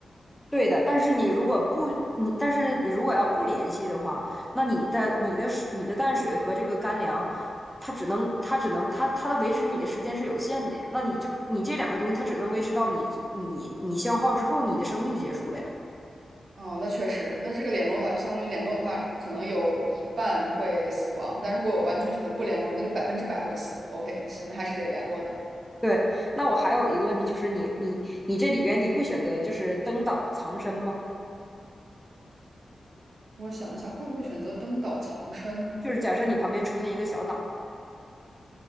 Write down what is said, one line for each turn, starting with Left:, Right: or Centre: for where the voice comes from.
Centre: 对的，但是你如果不你，但是你如果要不联系的话，那你的你的水你的淡水和这个干粮，它只能它只能它它的维持你的时间是有限的呀。那你就你这两个东西，它只能维持到你你你消耗之后，你的生命就结束了呀。
Right: 哦，那确实，那这个联络的话，就相当于联络的话，可能有一半会死亡，但如果我完全选择不联络，那就百分之百会死。OK，行，那还是得联络的。
Centre: 对，那我还有一个问题，就是你你你这里边你会选择就是登岛藏身吗？
Right: 我想一下，会不会选择登岛藏身？
Centre: 就是假设你旁边出现一个小岛，